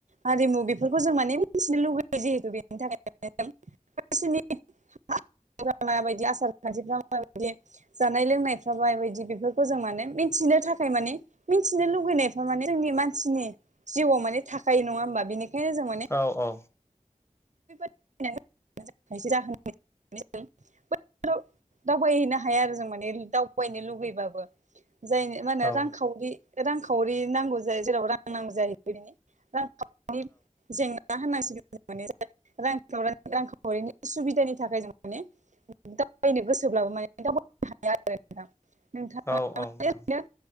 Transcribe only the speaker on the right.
हारिमु बेफोरखौ जों माने मिथिनो लुबैयो जिहेथु बेनि थाखाय जों मानसिनि <unintelligible> मा बायदि आसार खान्थि फ्रा मा बायदि जानाय लोंनायफ्राबा मा बायदि बेफोरखौ जों माने मिथिनो थाखाय मानि मिथिनो लुुबैनायफ्रा माने जोंनि मानसिनि जिउआव माने थाखायो नङा होमबा बेनिखायनो जों माने
<unintelligible> बो दावबायहैनो हाया आरो जों माने दावबायनो लुगैबाबो जायनि मा होनो
रांखावरि रांखावरि नांगौ जायो जेराव रां नांगौ जायो रां खावरि जेंना मा होननांसिगोन जों माने रांख रांखावरिनि सुबिदानि थाखाय जों माने दावबायनो गोसोब्लाबो माने दावबायनो हाया आरो नोंथांङा
ओरैनो